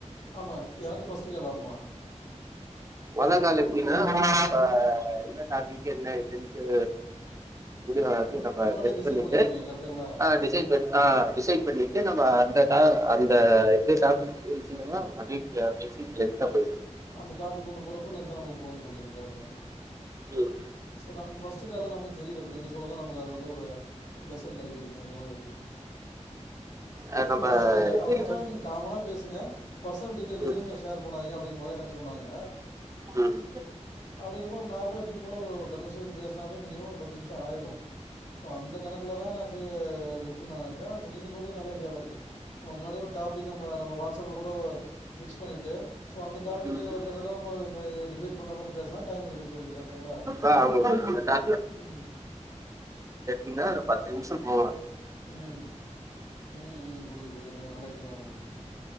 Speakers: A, on the left; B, on the right.
A: ஆமா எனக்கு பஸ்ட் கத்துகலாம
B: மொத கால எப்டினா இப்ப என்ன டாபிக் என்ன ஏதுன்ட்டு <unintelligible>
A: மு
B: நம்ப
A: முன்னாடியே
B: கெஸ்
A: டிசைட்
B: பண்ணிட்டு்
A: பண்ணிக்குவீங்க கரெக்ட்டுங்களா?
B: அ டிசைட் பண் அ டிசைடு பண்ணிட்டு நம்ப அந்த தா அந்த எந்த டாபிக் பேசீ <unintelligible> பேசி லெந்த போ
A: அந்த டாபிக் கொண்டு போறப்ப லென்தா நமக்கு போகனு சொல்றீங்க கரெக்டா
B: உம்
A: சார் நமக்கு ஃபஸ்டுகத நமக்கு தெரியலப்ப நீங்க சொல்றத நமக்கு அது வந்து ஒரு லெசன் கெடைக்குது நீங்க சொல்றத வச்சு
B: அ
A: சார்
B: நம்ம
A: நம்ப <unintelligible>
B: இது
A: நீங்க காமனா பேசுங்க பர்சனல் டீடெயில்ஸ்
B: ம்
A: எதுவுமே ஷேர் பன்னாதீங்க அப்டிங்கிறா மாரிதா எனக்கு சொன்னாங்க
B: ம்
A: அப்டிங்றோப்போ நார்மலா எப்பயும் போல ஒரு <unintelligible> மினிமம் ஒரு பத்து நிமிஷம் ஆயிரோ ஸோ அந்த கணக்கிலதா நா அது இருக்கோனு நா நெனச்சே ஆனா நீங்க சொல்றது நல்ல <unintelligible> முன்னாடியே ஒரு டாபிக் நம்ம நம்ம வாட்ஸ்அப்பில கூட ஃபிக்ஸ் பண்ணிட்டு ஸோ அந்த டாப்பிக்கு
B: ம் ம்
A: ஒரு ரிலேட்டடா நம்ம நம்ம டிபேட் பண்ற மாரி பேசனா டைம் இருக்குன் சொல்லிறீங்க கரெக்டுங்ளா
B: ஆ ஆமா அந்த டா
A: ம்
B: இன்ன ஒரு பத்து நிமிஷம் போவா
A: உம் உம் உம் புரியி ஒரு நல்ல ஐடியா எதுனா குடுங்க <unintelligible>